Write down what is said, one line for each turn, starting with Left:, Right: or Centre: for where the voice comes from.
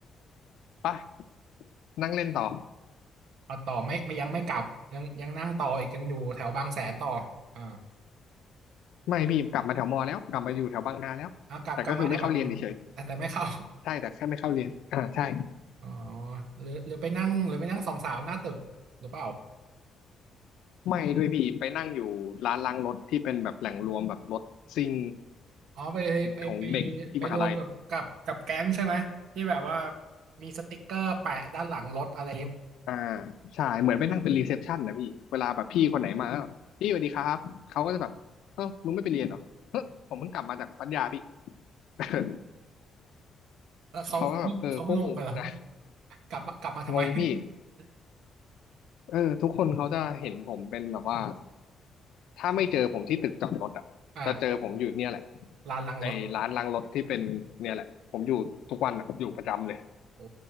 Left: ปะนั่งเล่นต่อ
Right: เอาต่อไม่ไม่ยังไม่กลับ ยังยังนั่งต่ออีกยังอยู่แถวบางแสนต่ออ่า
Left: ไม่พี่กลับมาแถวมอแล้วกลับมาอยู่แถวบางนาแล้วแต่ก็คือไม่เข้าเรียนเฉย
Right: เอากลับกลับมาแถวบางแสนาแต่แต่ไม่เข้า
Left: ๆใช่แต่แค่ไม่เข้าเรียนอ่าใช่
Right: อ๋อหรือหรือไปนั่งหรือไปนั่งสองสาวหน้าตึกหรือเปล่า
Left: ไม่ด้วยพี่ไปนั่งอยู่ร้านล้างรถที่เป็นแบบแหล่งรวมแบบรถซิ่ง
Right: อ๋อไปไปไป
Left: ของเด็กที่มหาลัย
Right: ไปรวมกับกับกับแก๊งใช่ไหมที่แบบว่ามีสติกเกอร์แปะด้านหลังรถอะไรอย่างเงี้ย
Left: อ่าใช่เหมือนไปนั่งเป็นรีเซพชันนะพี่เวลาแบบพี่คนไหนมาก็พี่สวัสดีครับเขาก็จะแบบเออมึงไม่ไปเรียนเหรอเฮ้ยผมเพิ่งกลับมาจากปัญญาพี่ <laughs>
Right: <laughs> แล้วเขา
Left: เขาก็แบบเออพวกมึงนี่นะ
Right: เขาไม่งงกันเหรอกลับมากลับมาทำไม
Left: งงพี่
Right: <laughs>
Left: เออทุกคนเขาจะเห็นผมเป็นแบบว่าถ้าไม่เจอผมที่ตึกจอดรถอ่ะจะเจอผมอยู่เนี่ยแหละ
Right: อ่าลานหลังรถ
Left: ไอ้ร้านล้างรถที่เป็นเนี่ยแหละผมอยู่ทุกวันอะอยู่ประจำเลย
Right: โอ้